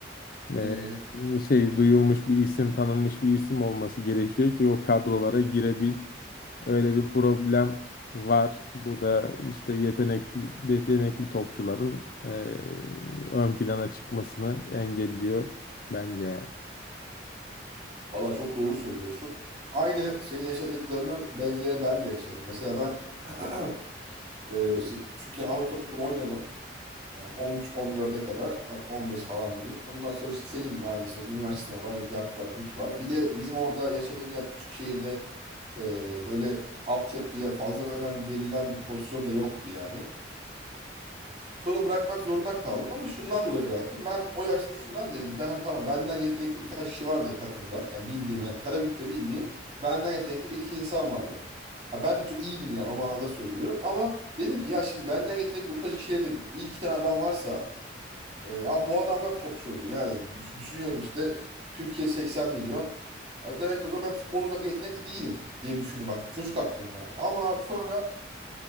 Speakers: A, on the left; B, on the right.
A: <laughs>
B: Hı hı.
A: şey duyulmuş bir isim, tanınmış bir isim olması gerekiyor ki o kadrolara girebil. Öyle bir problem var. Bu da işte yetenekli yetenekli topçuların eee, ön plana çıkmasını engelliyor bence yani.
B: Valla çok doğru söylüyorsun. Aynı senin yaşadıklarına benzeri ben de yaşadım. Mesela ben <clears throat> e, işte küçükken amatör futbol oynadım. Yani 13-14'e kadar hatta 15 falan diyeyim. Ondan sonra işte senin gibi aynı işte üniversite var, cart var, cut var. Bir de bizim orada yaşadığım yer küçük şehirde e, böyle altyapıya fazla önem verilen bir pozisyon da yoktu yani. Sonra bırakmak zorunda kaldım ama şundan dolayı bıraktım. Ben o yaşta şundan dedim. Ben hani tamam benden yetenekli birkaç kişi vardı takımda. Yani bildiğim yani Karabük'te bildiğim benden yetenekli bir iki insan vardı. Ha ben de çok iyiydim yani o manada söylüyorum. Ama dedim ki ya şimdi benden yetenekli ufacık şehirde bir iki tane adam varsa e, ya bu adamlar topçu olur. Yani düş- düşünüyorum işte Türkiye 80 milyon. Ya demek ki o zaman ben futbol uzak yetenekli değilim diye düşündüm bak çocuk aklımda. Ama abi sonra